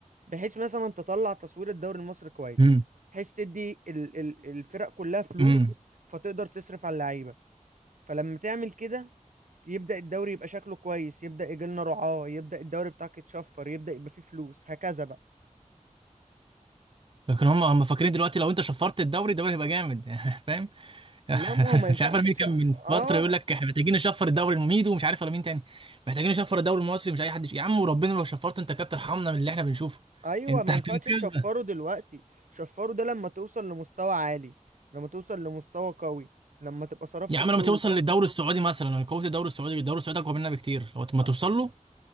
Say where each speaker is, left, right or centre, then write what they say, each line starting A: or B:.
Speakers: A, on the right (about 75°); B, on the right (about 40°).
A: بحيث مثلا تطلع تصوير الدوري المصري كويس
B: امم
A: بحيث تدي ال ال الفرق كلها فلوس
B: امم
A: فتقدر تصرف على اللعيبه فلما تعمل كده يبدا الدوري يبقى شكله كويس يبدا يجي لنا رعاه يبدا الدوري بتاعك يتشفر يبدا يبقى فيه فلوس هكذا بقى
B: لكن هم هم فاكرين دلوقتي لو انت شفرت الدوري الدوري هيبقى جامد <laughs> فاهم <laughs>
A: لا ما هو ما ينفعش
B: مش عارف أنا مين
A: تش...
B: كان من
A: اه
B: فتره يقول لك احنا محتاجين نشفر الدوري المميد ومش عارف ولا مين تاني محتاجين نشفر الدوري المصري مش اي حد يش- يا عم وربنا لو شفرت انت كابتن ارحمنا من اللي احنا بنشوفه
A: ايوه
B: انت
A: ما
B: <laughs> هتنقذنا
A: ينفعش تشفره دلوقتي شفره ده لما توصل لمستوى عالي لما توصل لمستوى قوي لما تبقى صرفت
B: يا عم
A: فلوس
B: لما توصل للدوري السعودي مثلا أنا قوه الدوري السعودي الدوري السعودي اقوى مننا بكتير لو ما
A: أ-
B: توصل له